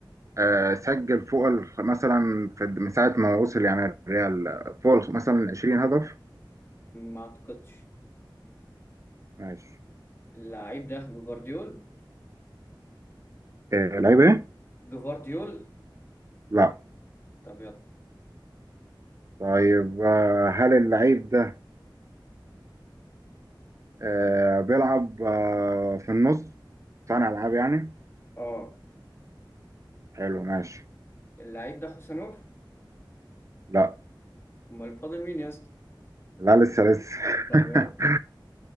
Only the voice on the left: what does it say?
ما اعتقدش
اللعيب ده جفارديول
جفارديول
طب يلا
اه
اللعيب ده خوسانوف
امال فاضل مين يا اسطى
طب
يلا